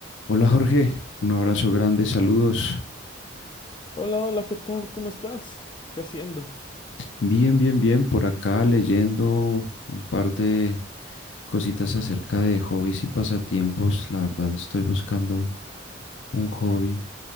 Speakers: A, on the left; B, on the left.
A: Hola Jorge, un abrazo grande, saludos.
B: Hola, hola, ¿qué tal? ¿Cómo estás? ¿Qué haciendo?
A: Bien, bien, bien, por acá leyendo un par de cositas acerca de hobbies y pasatiempos. La verdad estoy buscando un hobby